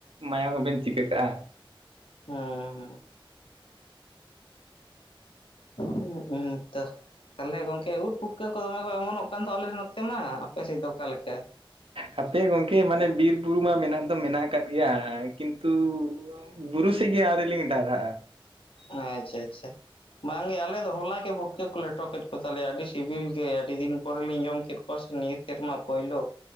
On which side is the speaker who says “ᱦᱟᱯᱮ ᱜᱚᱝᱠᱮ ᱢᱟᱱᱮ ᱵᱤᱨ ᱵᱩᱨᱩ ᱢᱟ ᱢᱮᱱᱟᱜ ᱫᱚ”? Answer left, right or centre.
Right